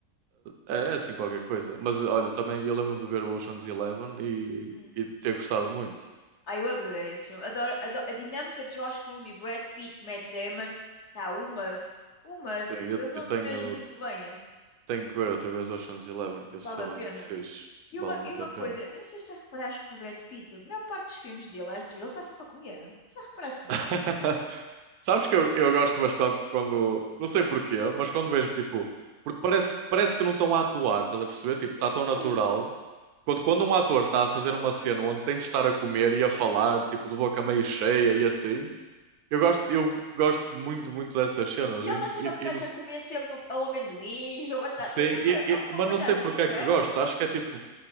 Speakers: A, on the right; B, on the left.
A: é, é assim qualquer coisa. Mas olha, também eu lembro-me de ver o Ocean's 11 e,
B: Hum.
A: e de ter gostado muito.
B: Ah, eu adorei esse filme. Adoro, adoro- a dinâmica de George Clooney, Brad Pitt, Matt Damon, tá, o must. O must.
A: Sim, eu,
B: Eles dão-se
A: eu tenho,
B: mesmo muito bem. hein?
A: tenho que ver outra vez Ocean's 11, que esse
B: Vale
A: filme
B: a
A: é muito
B: pena.
A: fixe.
B: E
A: Vale
B: uma,
A: muito
B: e uma
A: a pena.
B: coisa, eu não sei se já reparaste no Brad Pitt, a maior parte dos filmes dele, às vezes, ele está sempre a comer. Já reparaste nisso?
A: <laughs> Sabes que eu, eu gosto bastante quando, não sei porquê, mas quando vejo tipo, porque parece, parece que não estão a atuar, estás a perceber? Tipo, está
B: Exato.
A: tão natural. Quando, quando um ator está a fazer uma cena onde tem de estar a comer e a falar, tipo, de boca meio cheia e assim, eu gosto, eu gosto muito, muito dessas cenas.
B: E ele
A: E,
B: está
A: não-
B: sempre
A: e,
B: a peça
A: e não se-
B: a comer sempre ao amendoins ou batata.
A: sim,
B: É
A: e-
B: sempre
A: e-
B: alguma
A: mas
B: coisa
A: não sei
B: assim,
A: porque
B: não
A: é que
B: é?
A: gosto. Acho que é tipo,